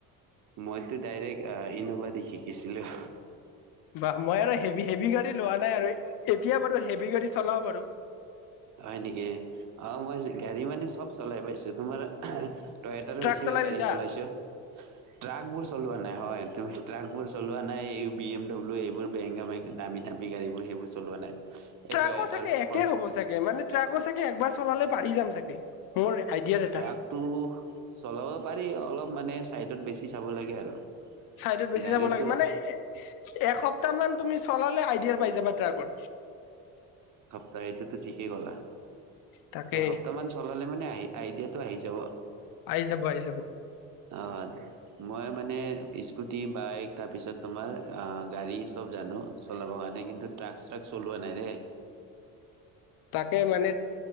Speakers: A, on the right (about 55°); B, on the left (about 70°).
A: মইতো ডাইৰেক্ট আহ ইন'ভা দি শিকিছিলো।
B: ব মই আৰু হভি হেভি গাড়ী লোৱা নাই আৰু, এতিয়া বাৰু হেভি গাড়ী চলাও বাৰু।
A: হয় নেকি অ', মই গাড়ী মানে চব চলাই পাইছো তোমাৰ তয়টাৰ
B: ট্ৰাক
A: বেছিভাগ
B: চলাই
A: গাড়ী
B: পিছা
A: চলাইছো, ট্ৰাক বোৰ চলোৱা নাই। নাই হয় তুমি ট্ৰাকবোৰ চলোৱা নাই, এই বি এম ডব্লিউ এইবোৰ বোৰ বেছি দামী দামী গাড়ীবোৰ সেইবোৰ চলোৱা নাই। এই
B: ট্ৰাকো
A: টয়টাৰ
B: চাগে
A: ফৰ
B: একে হব চাগে মানে ট্ৰাকো চাগে একবাৰ চলালে পঢাৰি যাম চাগে, মোৰ আইডিয়াৰ এটা
A: ট্ৰাকটো চলাব পাৰি, অলপ মানে চাইডত বেছি চাব লাগে আৰু।
B: চাইডত বেছি
A: গাড়ীটো
B: যাব লাগে মানে, এসপ্তাহ মান তুমি চলালে আইডিয়া পাই যাবা ট্ৰাকত।
A: ত সেইটোতো ঠিকেই ক'লা,
B: তাকে
A: এসপ্তাহমান চলালে মানে আহি আইডিয়াটো আহি যাব।
B: আহি যাব আহি যাব
A: অ', মই মানে স্কুটি বাইক তাৰপিছত তোমাৰ অ', গাড়ী চব জানো চলাবৰ কাৰণে কিন্তু ট্ৰাক চ্ৰাক চলোৱা নাই দেই।
B: তাকে মানে,